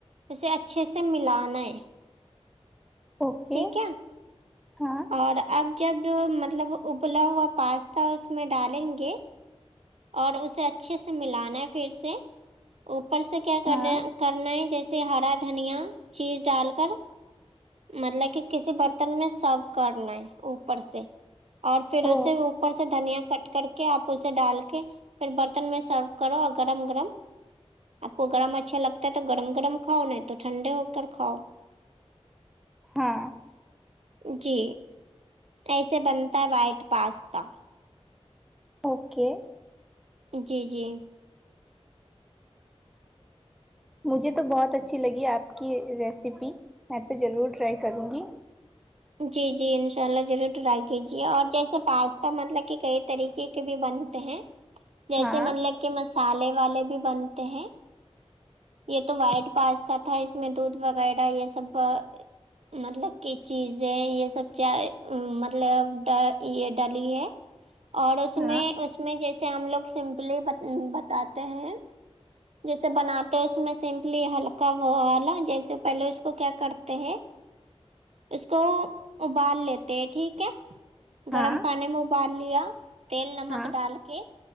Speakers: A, on the right (about 75°); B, in the centre.
A: اسے اچھے سے ملانا ہے
B: اوکے
A: ٹھیک ہے
B: ہاں
A: اور اب جب مطلب ابلا ہوا پاستا اس میں ڈالیں گے اور اسے اچھے سے ملانا ہے پھر سے اوپر سے کیا کرنا
B: ہاں
A: کرنا ہے جیسے ہرا دھنیا چیز ڈال کر مطلب کہ کسی برتن میں سرو کرنا ہے اوپر سے اور پھر اسے
B: او
A: اوپر سے دھنیا کٹ کر کے آپ اسے ڈال کے پھر برتن میں سرو کرو گرم گرم آپ کو گرم اچھا لگتا تو گرم گرم کھاؤ نہیں تو ٹھنڈے ہو کر کاؤ
B: ہاں
A: جی ایسے بنتا ہے وائٹ پاستا
B: اوکے
A: جی جی
B: مجھے تو بہت اچھی لگی آپ کی ریسیپی میں تو ضرور ٹرائی کروں گی
A: جی جی انشاء اللہ ضرور ٹرائی کیجیے اور جیسے پاستا مطلب کہ کئی طریقے بھی بنتے ہیں جیسے
B: ہاں
A: مطلب کہ مسالے والے بھی بنتے ہیں یہ تو وائٹ پاس تا تھا اس میں دودھ وغیرہ یہ سب مطلب کہ چیزیں یہ سب چا مطلب یہ ڈالی ہے اور اس
B: ہاں
A: میں اس میں جیسے ہم لوگ سمپلی بتاتے ہیں جیسے بناتے اس میں سمپلی ہلکا وہ والا جیسے پہلے اس کو کیا کرتے ہیں اس کو ابال لیتے ٹھیک ہے گرم
B: ہاں
A: پانی میں ابال لیا تیل نمک
B: ہاں
A: ڈال کے